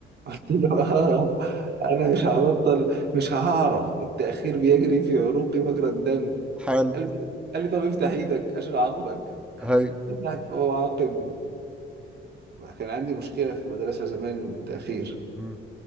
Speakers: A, on the right; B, in the centre.
A: قلت له اه انا مش هبطل مش هعرف التاخير بيجري في عروقي مجرى الدم
B: حال
A: قال لي قال لي طب افتح ايدك عشان اعاقبك
B: هاي
A: فتحت- هو عاقبني كان عندي مشكله في المدرسه زمان من التاخير
B: مم.